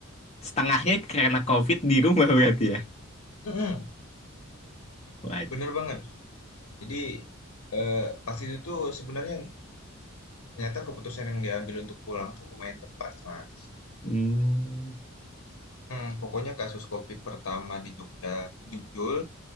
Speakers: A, on the left (about 30°); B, on the left (about 85°).
A: setengahnya karena COVID di rumah <laughs> berarti ya?
B: Mm-mm,
A: Waduh.
B: bener banget. Jadi eh, pas itu tuh sebenarnya ternyata keputusan yang diambil untuk pulang tuh lumayan tepat, Mas.
A: Hmm.
B: Hmm, pokoknya kasus COVID pertama di Jogja muncul,